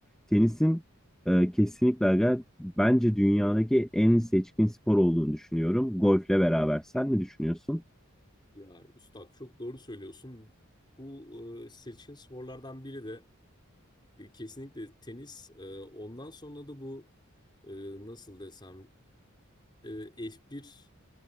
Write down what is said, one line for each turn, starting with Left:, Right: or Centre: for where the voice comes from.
Centre: Tenisin e, kesinlikle aga, bence dünyadaki en seçkin spor olduğunu düşünüyorum. Golfle beraber. Sen ne düşünüyorsun?
Left: Ya üstad çok doğru söylüyorsun. Bu e, seçkin sporlardan biri de e, kesinlikle tenis. E, ondan sonra da bu e, nasıl desem e, F1